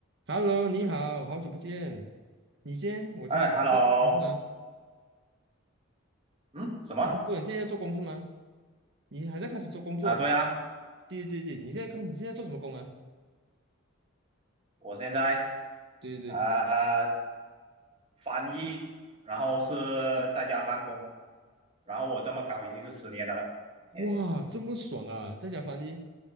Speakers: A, on the right; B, on the right.
A: Hello，你好，好久不见。你先，我听说最近不是吗？
B: 哎，hello，嗯，什么
A: 我听说你现在在做工是吗？你还在开始做工作不是吗
B: 啊？对啊，
A: 对对对，你现在刚你现在做什么工啊？
B: 我现在
A: 对对对，
B: 呃翻译，然后是在家办公，然后我这么搞已经是十年了，哎，
A: 哇，这么爽啊！在家翻译，